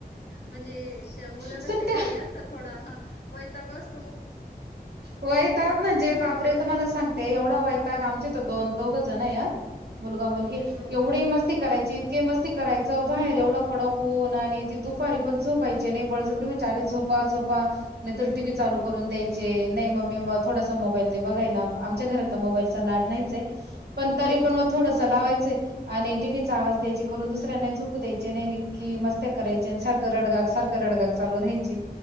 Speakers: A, on the left (about 85°); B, on the right (about 80°).
A: म्हणजे मुलं
B: सुट्ट्या
A: कशे घरी असतात, थोडं हा वैताग <unintelligible>
B: वैताग म्हण जे अरे बापरे! तुम्हाला सांगते, एवढा वैताग आमचे तर दोन दोघ जण हाय. मुलगा मुलगी
A: हो
B: एवढी मस्ती करायची की मस्ती करायचं, बाहेर एवढं कडक ऊन आणि ती धूप दूपारी पण झोपायचे नाही, बळजबरी विचार झोपा झोपा. पा नाही तर, टीव्ही चालू. करून
A: हो
B: द्यायचे नाही मग मे म थोडासा मोबाईल दे बघायला, आमच्या घरात आता मोबाईलचा लाड नाहीचए, पण तरी
A: हो
B: पण
A: हो
B: मग थोडसं लावायचंय. आणि टीव्हीचा आवाज द्यायचे करून, दुसऱ्यांना ही झोपू द्यायचे नाही, इतकी मस्त्या करायचे आन सारखं रडगाग, सारखं रडगाग चालू राहायची.